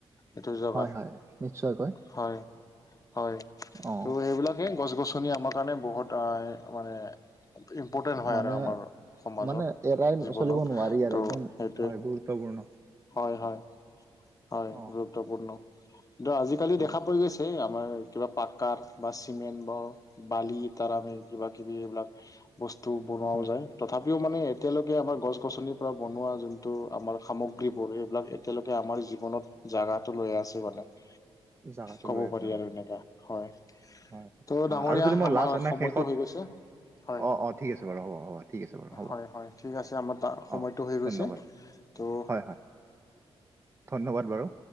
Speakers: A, on the left; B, on the right.
A: এইটো জেগাত।
B: হয় হয় নিশ্চয়কৈ
A: হয় হয়।
B: অ
A: ত' সেইবিলাক <unintelligible> গছ গছনি আমাৰ কাৰণে বহুত আ মানে ইম্পৰ্টেণ্ট হয়
B: মানে
A: আৰু আমাৰ সমাজত
B: মানে এৰাই
A: জীৱনত।
B: চলিব নোৱাৰি আৰু
A: ত'
B: একদম
A: সেইটোৱে।
B: হয় গুৰুত্বপূৰ্ণ
A: হয় হয়, হয়। <unintelligible>
B: অ
A: গুৰুত্বপূৰ্ণ দ আজিকালি
B: হয়
A: দেখা পোৱা গৈছে আমাৰ কিবা পাক্কাৰ বা চিমেণ্ট ব বালি তাৰ আমি কিবাকিবি এইবিলাক বস্তু বনোৱাও
B: হয়
A: যায় তথাপিও মানে এতিয়ালৈকে আমাৰ গছ গছনি পুৰা বনোৱা যোনটো আমাৰ সামগ্ৰীবোৰ এইবিলাক এতিয়ালৈকে আমাৰ জীৱনত জাগাটো লৈ আছে মানে। <inaudible>
B: জাগাটো
A: কব
B: লৈ
A: পাৰি
B: আছে হয়
A: আৰু এনেকা হয়, ত'
B: হয় অ
A: ডাঙৰীয়া
B: আৰু যদি মই
A: আমাৰ
B: লাষ্ট এনে
A: সময়টো
B: শেষত
A: হৈ গৈছে হয়,
B: অ অ ঠিক আছে বাৰু হ'ব হ'ব ঠিক আছে বাৰু হ'ব
A: হয়, হয়, ঠিক আছে আমাৰ <unintelligible> সময়টো
B: অ
A: হৈ
B: ধন্যবাদ
A: গৈছে ত'
B: হয় হয় ধন্যবাদ বাৰু।